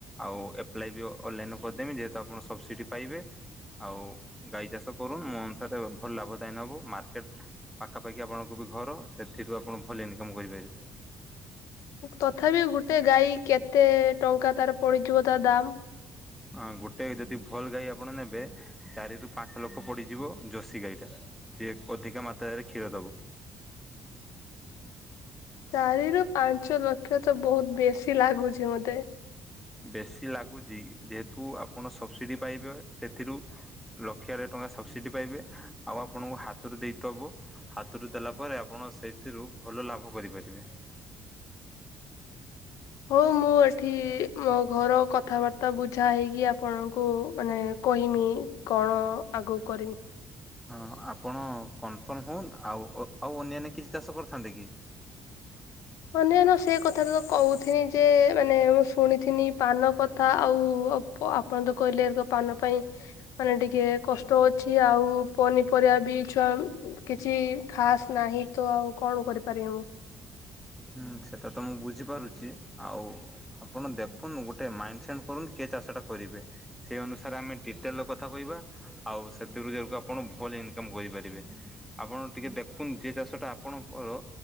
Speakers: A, in the centre; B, on the left.
A: ଆଉ ଏପ୍ଲାଏ ବି ଅନଲାଇନ କରିଦମି ଯେହେତୁ ଆପଣ ସବସିଡି ପାଇବେ। ଆଉ ଗାଈ ଚାଷ କରୁନ ମୋ ଅନୁସାରେ ଭଲ ଲାଭ ଦେଇନ ହେବ ମାର୍କେଟ ପାଖାପାଖି ଆପଣଙ୍କୁ ବି ଘର ସେଥିରୁ ଆପଣ ଭଲ ଇନକମ୍ କରିପାରିବେ।
B: ତଥାପି ଗୋଟେ ଗାଈ କେତେ ଟଙ୍କା ତାର ପଡିଯିବ ତା ଦାମ?
A: ହଁ ଗୋଟେ ଯଦି ଭଲ୍ ଗାଈ ଆପଣ ନେବେ ଚାରିରୁ ପାଞ୍ଚ ଲକ୍ଷ ପଡ଼ିଯିବ ଜୋଶୀ ଗାଈଟା। ଯିଏ ଅଧିକା ମାତ୍ରାରେ କ୍ଷୀର ଦବ।
B: ଚାରି ରୁ ପାଞ୍ଚ ଲକ୍ଷ ତ ବହୁତ ବେଶୀ ଲାଗୁଛି ମତେ।
A: ବେଶୀ ଲାଗୁଛି ଯେହେତୁ ଆପଣ ସବସିଡ଼ି ପାଇବେ ସେଥିରୁ ଲକ୍ଷ ଆଡ଼େ ଟଙ୍କା ସବସିଡ଼ି ପାଇବେ ଆଉ ଆପଣଙ୍କୁ ହାତରୁ ଦେଇତେ ହେବ ହାତରୁ ଦେଲା ପରେ ଆପଣ ସେଥିରୁ ଭଲ ଲାଭ କରିପାରିବେ।
B: ହଉ ମୁଁ ଏଠି ମୋ ଘର କଥାବାର୍ତ୍ତା ବୁଝା ହେଇକି ଆପଣଙ୍କୁ ମାନେ କହିମି କଣ ଆଗକୁ କରିିମ।
A: ହଁ ଆପଣ କନଫର୍ମ ହଉନ୍ ଆଉ ଆଉ ଅନ୍ୟାନ୍ୟ କିଛି ଚାଷ କରିଥାନ୍ତେ କି?
B: ଅନ୍ୟାନ୍ୟ ସେ କଥା ତ ତ କହୁଥିନି ଯେ ମାନେ ମୁଁ ଶୁଣିଥିନି ପାନ କଥା ଆଉ ଆପଣ ତ କହିଲେ ଆଙ୍କ ପାନ ପାଇଁ ମାନେ ଟିକେ କଷ୍ଟ ଅଛି ଆଉ ପନିପରିବା ବି ଛୁଆ କିଛି ଖାସ୍ ନାହିଁ ତ ଆଉ କଣ କରିପାରିବି ମୁଁ।
A: ହୁଁ ସେଟା ତ ମୁଁ ବୁଝିପାରୁଛି ଆଉ ଆପଣ ଦେଖୁନ ଗୋଟେ ମାଇନ ସେଟ କରୁନ କେ ଚାଷ ଟା କରିବେ। ସେ ଅନୁସାରେ ଆମେ ଡିଟେଲ୍ ରେ କଥା କହିବା। ଆଉ ସେଥିରୁ ଯାକୁ ଆପଣ ଭଲ ଇନକମ କରିପାରିବେ। ଆପଣ ଟିକେ ଦେଖୁନ୍ତୁ ଜେ ଚାଷ ଟା ଆପଣଙ୍କର